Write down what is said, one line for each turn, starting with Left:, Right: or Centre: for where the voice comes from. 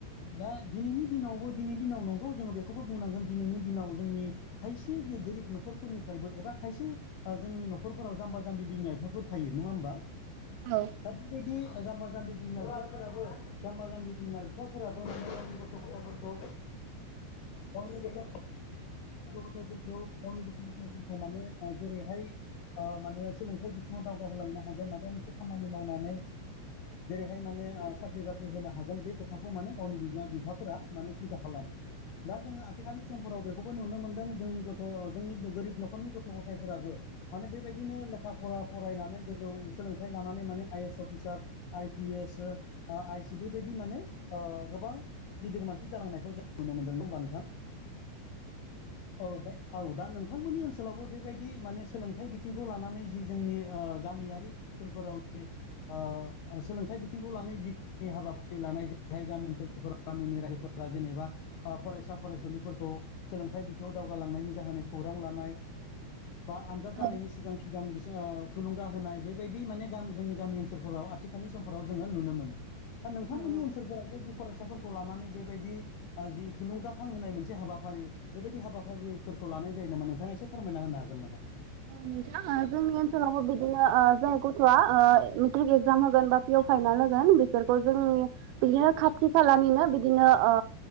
Left: दा दिनैनि दिनावबो दिनैनि दिनाव नंगौ जोङो बेखौबो बुंनांगोन दिनैनि दिनाव जोंनि खायसे बे गोरिब न'खरफोरनिफ्रायबो एबा खायसे जोंनि नखरफोराव जाम्बा जामबि बिमा बिफाफोर थायो नङा होमबा
Right: औ
Left: दा बेबायदि जाम्बा जाम्बि बिमा बिफाफोराबो जाम्बा जाम्बि बिमा बिफाफोराबो मोनो जनि गथ' गथफोरखौ गनि गावनि गथ' गथायफोरखौ गावनि गथ' गथायफोरखौ माने जेरै बेहाय माने सोलोंथाइ बिथिङाव दावगाहोलांनो हागोन माबा मोनसे खामानि मावनानै जेरैहाय माने साख्रि बाख्रि होनो हागोन बे खोथाखौ माने गावनि बिमा बिफाफोरा माने सिन्था खालामो । दा जोङो आथिखालनि समफोराव बेखौबो नुनो मोनदों जोंनि गथ' जोंनि गोरिब न'खरनि गथ' गथायफोराबो । माने बेबायदिनो लेखा फरा फरायनानै गोजौ सोलोंथाइ लानानै माने I S officer. I P S I C बिबायदि माने गोबां । गिदिर मानसि जालांनायखौ जों नुनो मोनदों नङा होमबा नोंथां? औ दा औ दा नोंथांमोननि ओनसोलावबो बेबायदि माने सोलोंथाइ बिथिंखौ लानानै जि जोंनि ओ गामियारि ओनसोलफोराव जि ओ सोलोंथाइ बिथिंखौ लानाय जि नि हाबाफारि लानाय जेरैहाय गामि ओनसोलफोर गामिनि रायजोफोरा जेनेबा ओ फरायसा फरायसुलिफोरखौ सोलोंथाइ बिथिङाव दावगालांनायनि जाहोन खौरां लानाय बा आनजाद
Right: औ
Left: जानायनि सिगां सिगां बि थुलुंगा होनाय बेबायदि माने ग जोंनि गामि ओनसोलफोराव आथिखालनि समफोराव जोङो नुनो मोनो । दा नोंथांमोननि
Right: औ ओ
Left: ओनसोलफोराव जायदि फरायसाफोरखौ लानानै बेबायदि । जि थुलुंगाखां होनाय मोनसे हाबाफारि । बेबायदि हाबाफारिफोरखौ लानाय जायो नामा नोंथाङा एसे फोरमायना होनो हागोन नामा?
Right: <inaudible> सावबो बिदिनो जाय गथ'आ मेट्रिक एक्जाम होगोन बा पिअ फाइनाल होगोन बिसोरखौ जोंनि । बिदिनो खाथि खालानिनो बिदिनो ओ